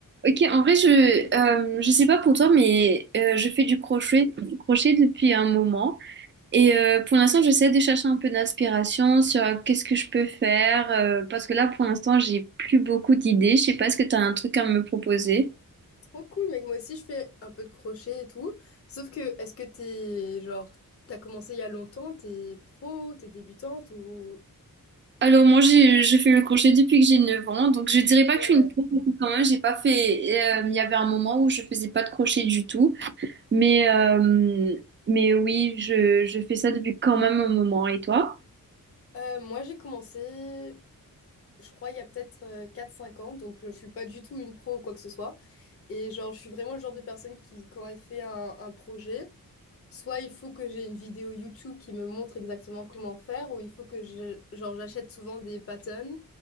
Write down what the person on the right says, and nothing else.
Ok, en vrai, je euh, je sais pas pour toi, mais euh, je fais du crochet, du crochet depuis un moment. Et euh, pour l'instant, j'essaie de chercher un peu d'inspiration sur euh, qu'est-ce que je peux faire. euh, parce que là, pour l'instant, j'ai plus beaucoup d'idées. Je sais pas, est-ce que tu as un truc à me proposer?
Alors, moi, j'ai, je fais le crochet depuis que j'ai 9 ans. Donc, je dirais pas
que je suis une pro, parce que quand même, j'ai pas fait. euh, Il y avait un moment où je faisais pas de crochet du tout. Mais, euh, mais oui, je, je fais ça depuis quand même un moment. Et toi?